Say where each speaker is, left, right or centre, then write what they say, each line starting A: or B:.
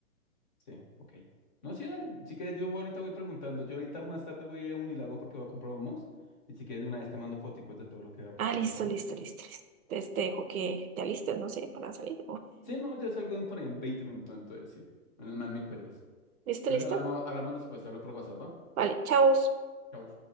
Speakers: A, on the left (about 30°); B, on the right (about 70°).
A: Sí, ok. No, sí, dale. Si quieres, yo ahorita voy preguntando. Yo ahorita más tarde voy a ir a Unilago porque voy a comprar un mouse. Y si quieres, de una vez te mando foticos de todo lo que vea por
B: Ah,
A: ahí,
B: listo,
A: ¿te parece?
B: listo, listo, listo. Entonces te dejo que te alistes, no sé, para salir.
A: Sí, no, yo salgo en, por ahí en 20 minutos, entonces sí. Menos mal me cuelgas.
B: <laughs>
A: Entonces
B: ¿Listo, listo?
A: hablamos, hablamos después, te hablo por WhatsApp, ¿va?
B: Vale, chao.
A: Chau.